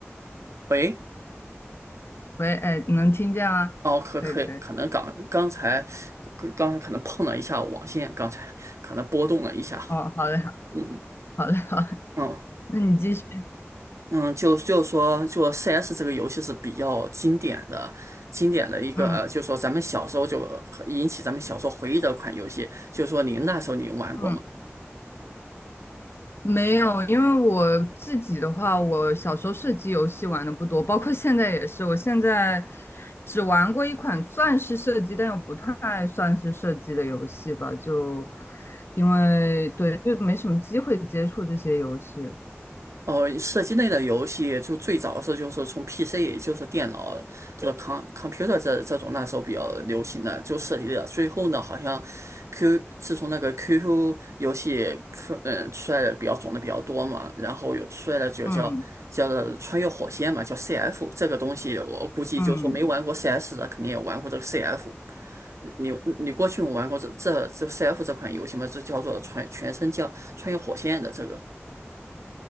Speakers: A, on the right (about 85°); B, on the left (about 55°).
A: 喂，
B: 喂，哎，能听见吗？
A: 哦，可可以，
B: 可以可以，
A: 可能刚刚才刚刚才可能碰了一下网线，刚才可能波动了一下，
B: 哦，好嘞
A: 嗯
B: 好嘞好嘞，
A: 嗯
B: 那你继续，
A: 嗯，就就说就 CS 这个游戏是比较经典的，经典的一个，
B: 嗯
A: 呃就说咱们小时候就引起咱们小时候回忆的一款游戏，就是说您那时候您玩过吗？
B: 嗯。没有，因为我自己的话，我小时候射击游戏玩的不多，包括现在也是。我现在只玩过一款算是射击，但又不太算是射击的游戏吧，就因为对，就没什么机会接触这些游戏。
A: 哦，射击类的游戏就最早是就是从 PC，就是电脑，这个 com computer 这这种那时候比较流行的就涉及的。最后呢，好像 Q 自从那个 QQ 游戏出嗯出来的比较种的比较多嘛，然后有出来的就叫叫做穿越火线嘛，
B: 嗯
A: 叫 CF 这个东西，我估计就说没玩过
B: 嗯。
A: CS 的肯定也玩过这个 CF。你你过去有玩过这这这 CF 这款游戏吗？这叫做穿全身叫穿越火线的这个。